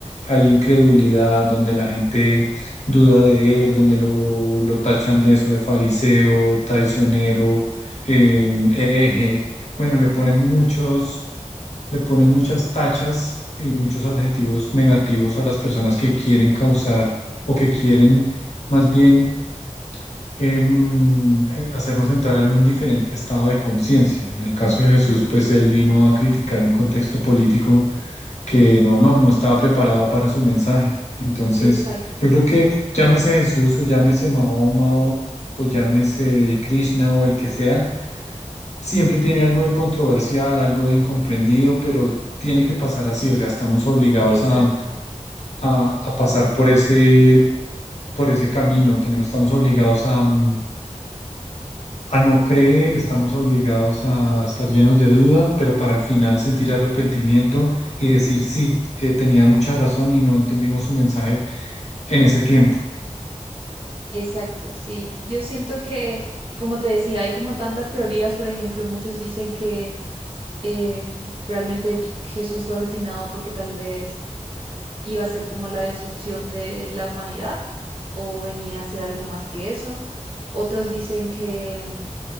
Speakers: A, on the left (about 65°); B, on the right (about 45°).
A: hay incredulidad, donde la gente duda de él, donde lo, lo tachan de eso, de fariseo, traicionero, eh, hereje. Bueno, le ponen muchos, le ponen muchas tachas y muchos adjetivos negativos a las personas que quieren causar o que quieren más bien em, eh, hacernos entrar en un diferente estado de conciencia. En el caso de Jesús, pues él vino a criticar un contexto político que no, no, no estaba preparado para su mensaje. Entonces,
B: Exacto,
A: yo creo que llámese Jesús o llámese Mahoma o, o llámese Krishna o el que sea, siempre tiene algo de controversial, algo de incomprendido, pero tiene que pasar así, o sea, estamos obligados
B: exacto.
A: a, a- a pasar por ese, por ese camino, tenemos, estamos obligados a, mm, a no creer, estamos obligados a estar llenos de duda, pero para al final sentir arrepentimiento y decir, sí, eh, tenía mucha razón y no entendimos su mensaje en ese tiempo.
B: Exacto, sí. Yo siento que, y como te decía, hay como tantas teorías, por ejemplo, muchos dicen que eh, realmente di- Jesús fue asesinado porque tal vez iba a ser como la destrucción de la humanidad o venía a ser algo más que eso. Otros dicen que